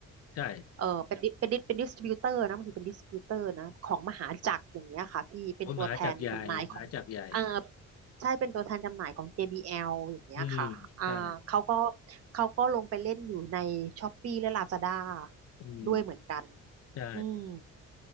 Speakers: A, on the left (about 55°); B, on the right (about 55°).
A: ใช่
B: เออเป็นดิเป็นดิเป็นดิสติบิวเตอร์นะบางทีเป็นดิสติบิวเตอร์นะของมหาจักรอย่างเงี้ยค่ะพี่เป็นตัวแทนจำหน่ายของเออ
A: โอ้ยมหาจักรใหญ่มหาจักรใหญ่
B: ใช่เป็นตัวแทนจำหน่ายของ JBL อลอย่างเงี้ยค่ะอ่าเขาก็
A: อืมใช่
B: เขาก็ลงไปเล่นอยู่ใน Shopee และ Lazada
A: อืม
B: ด้วยเหมือนกัน
A: ใช่
B: อืม